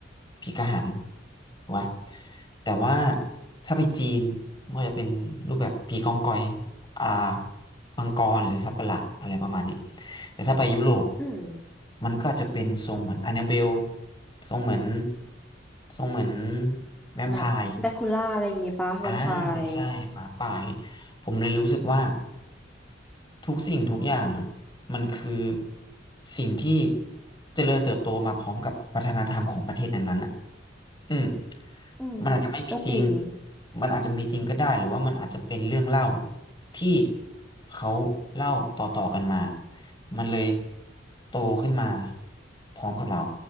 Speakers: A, on the left (about 25°); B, in the centre.
A: ผีกระหังถูกปะแต่ว่าถ้าไปจีนมันก็จะเป็นรูปแบบผีกองกอยอ่า มังกรหรือสัตว์ประหลาดอะไรประมาณนี้แต่ถ้าไปยุโรป
B: อืม
A: มันก็จะเป็นทรงเหมือนอัน a b เบลทรงเหมือนทรงเหมือนแวมไพร์
B: แบบแดคูล่าอะไรอย่างเงี้ยปะแวมไพร์
A: อ่าใช่หมาป่าเนี่ยผมเลยรู้สึกว่าทุกสิ่งทุกอย่างอ่ะมันคือสิ่งที่เจริญเติบโตมาพร้อมกับวัฒนธรรมของประเทศนั้นๆอะ อืม
B: อืม
A: มันอาจจะไม่มีจริง
B: ก็จริง
A: มันอาจจะมีจริงก็ได้หรือว่ามันอาจจะเป็นเรื่องเล่าที่เขาเล่าต่อๆกันมา มันเลยโตขึ้นมาพร้อมกับเรา